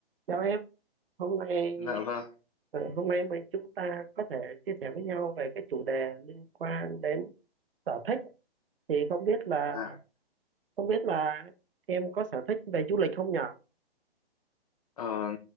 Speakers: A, on the right; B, on the left.
A: Chào em, hôm nay
B: Dạ vâng,
A: ờ, hôm nay mình chúng ta có thể chia sẻ với nhau về cái chủ đề liên quan đến sở thích thì không biết là
B: dạ.
A: không biết là em có sở thích về du lịch không nhở?
B: Ờ,